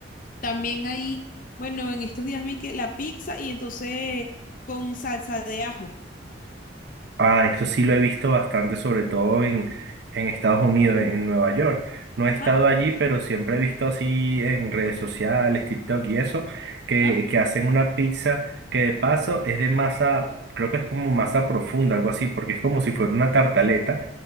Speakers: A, on the left; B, on the right.
A: También hay, bueno, en estos días vi que la pizza y entonces con salsa de ajo.
B: Ah, eso sí lo he visto bastante, sobre todo en, en
A: Sí.
B: Estados Unidos, en Nueva York. No
A: Ajá,
B: he estado allí, pero siempre he visto así en redes sociales, TikTok y eso, que,
A: ajá,
B: que hacen una pizza que de paso es de masa, creo que es como masa profunda, algo así, porque es como si fuera una tartaleta,